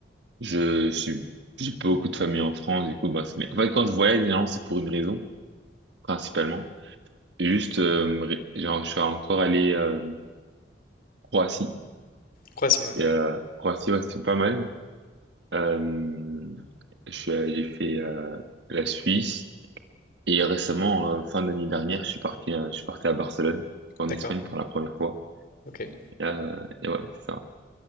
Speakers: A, on the right (about 70°); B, on the left (about 50°).
A: Je suis, j'ai pas beaucoup de famille en France. Du coup, ben c'est- mais en fait, quand je voyage, généralement, c'est pour une raison principalement. C'est Juste, euh, me ré- genre, je suis encore allé euh, Croatie.
B: Croatie, oui.
A: Et, euh, Croatie, ouais, c'était pas mal. Euh, je suis, allé- j'ai fait euh, la Suisse et récemment, euh, fin d'année dernière, je suis parti, euh, je suis parti à Barcelone, en
B: D'accord.
A: Espagne pour la première fois.
B: Ok. Et
A: Euh, et ouais, c'est ça.